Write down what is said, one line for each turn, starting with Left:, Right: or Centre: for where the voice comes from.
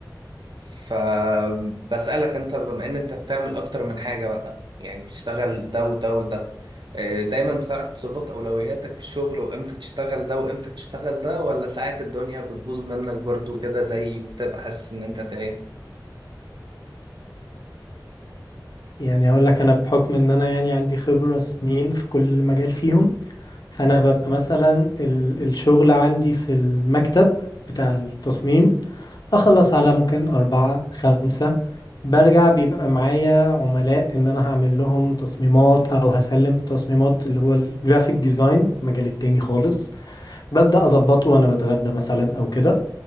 Right: فبسالك انت بما ان انت بتعمل اكتر من حاجه بقى يعني بتشتغل ده وده وده آه، دايما بتعرف تظبط اولوياتك في الشغل وامتى تشتغل ده وامتى تشتغل ده ولا ساعات الدنيا بتبوظ منك برضو كده زي وبتبقى حاسس ان انت تايه
Left: يعني هقول لك انا بحكم ان انا يعني عندي خبرة سنين في كل مجال فيهم فانا ببقى مثلا ال- الشغل عندي في المكتب بتاع التصميم اخلص على ممكن اربعة خمسة برجع بيبقى معايا عملاء ان انا هعمل لهم تصميمات او هسلم تصميمات اللي هو الجرافيك ديزاين المجال التاني خالص ببدأ اظبطه وانا بتغدى مثلا او كده